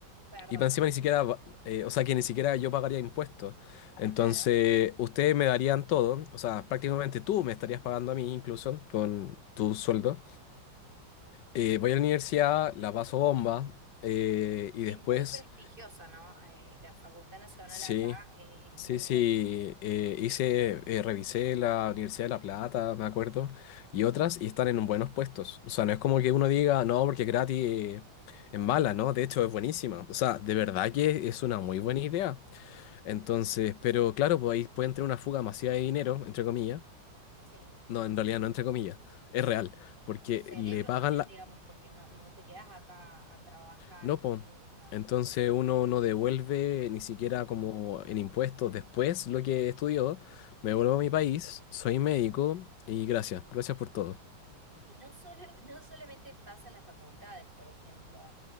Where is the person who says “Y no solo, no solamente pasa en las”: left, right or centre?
Right